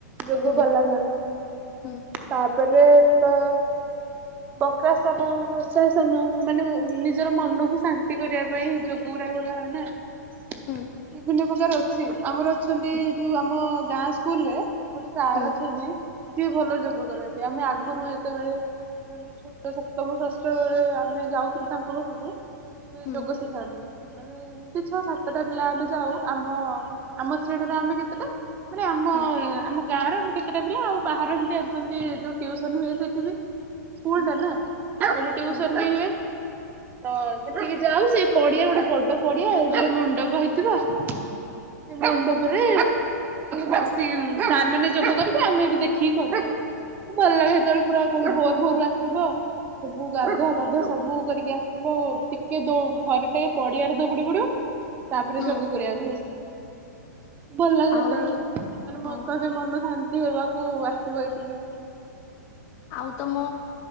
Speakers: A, on the right (about 15°); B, on the left (about 25°).
A: ଯୋଗ
B: ହୁଁ
A: କଲା ମାନେ <inaudible>
B: ହୁଁ
A: ତା ପରେ ତ ବକାସନ ହର୍ଷାସନ ମାନେ ନିଜର ମନକୁ ଶାନ୍ତି କରିବା ପାଇଁ ଯୋଗ ଗୁରା ଗୁରା ନା <inaudible>
B: ହୁଁ
A: ବିଭିନ୍ନ ପ୍ରକାର ଅଛି ଆମର ଅଛନ୍ତି
B: ହୁଁ
A: ଯୋଉ ଆମ ଗାଁ ସ୍କୁଲରେ ଗୋଟେ ସାର୍
B: ହୁଁ
A: ଅଛନ୍ତି ସିଏ ଭଲ ଯୋଗ କରନ୍ତି। ଆମେ ଆଗୁରୁ ଯେତେବେଳେ ସେମାନେ ଛୋଟ ସପ୍ତମ ଷାଷ୍ଠ ବେଳେ ଆମେ ଯାଉଥିଲୁ ତାଙ୍କ ପାଖକୁ ସେ
B: ହୁଁ
A: ଯୋଗ ଶିଖାନ୍ତି। ମାନେ ଏମିତି ଛଅ ସାତଟା ପିଲା ଆଡେ ଯାଉ ଆମ ଆମ ଶ୍ରେଣୀରେ ଆମେ କେତେଟା ମାନେ ଆମ
B: ହୁଁ
A: ଆମ ଗାଁରେ ଆମେ କେତେଟା ପିଲା ଆଉ ବାହାରେ ଏମିତି
B: ହୁଁ
A: ଆସନ୍ତି। ଯୋଉ ଟିଉସନ ହୁଏ ସେଠି ଵି ସ୍କୁଲ
B: ହୁଁ
A: ଟା ନାଁ ସେଠି ଟିଉସନ
B: ହୁଁ
A: ଵି ହୁଏ। ତ ସେଠିକି ଯାଉ ସେ ପଡିଆରେ ଗୋଟେ ବଡ ପଡିଆ ସେଠି ଗୋଟେ ମଣ୍ଡପ ହେଇଥିବ। ସେ ମଣ୍ଡପରେ ବସି ସାର୍ ମାନେ ଯୋଗ କରିବେ ଆମେ ବି ଦେଖିକି କରିବୁ। ଭଲ ଲାଗେ ସେତେବେଳେ ପୁରା କବେ ଭୋର ଭୋରରୁ ଆସିବ। ସବୁ ଗାଧୁଆ
B: ହୁଁ
A: ପାଧୁଆ ସବୁ କରିକି ଆସିବ ଟିକେ ଦ ଥର ଟେ ପଡିଆ ର ଦୋଡି ବୋଡିବ ତାପରେ
B: ହୁଁ
A: ଯୋଗ କରିବାକୁ ବସିବ। ଭଲ ଲାଗେ
B: ଆଉ
A: ସେତେବେଳେ
B: ହଁ
A: ମାନେ କହିବେ ମନ ଶାନ୍ତି ହେବାକୁ ଆସିବ ଏଇଠିକି।
B: ଆଉ ତମ